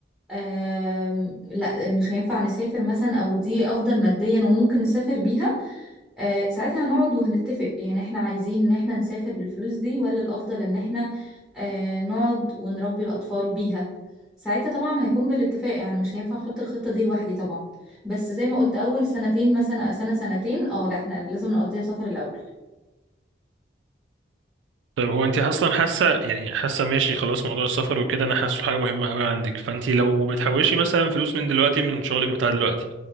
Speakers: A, in the centre; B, on the right.
A: آم، لا مش هينفع نسافر مثلا او دي افضل ماديا وممكن نسافر بيها آه، ساعتها هنقعد وهنتفق يعني احنا عايزين ان احنا نسافر بالفلوس دي ولا الافضل ان احنا آه، نقعد ونربي الاطفال بيها ساعتها طبعا هيكون بالاتفاق يعني مش هينفع احط الخطة دي لوحدي طبعا بس زي ما قلت اول سنتين مثلا سنة سنتين اه لا احنا لازم نقضيها سفر الاول
B: طيب هو انت اصلا حاسه يعني حاسه ماشي خلاص موضوع السفر وكده انا حاسه حاجه مهمه قوي عندك فانت لو بتحوشي مثلا فلوس من دلوقتي من شغلك بتاع دلوقتي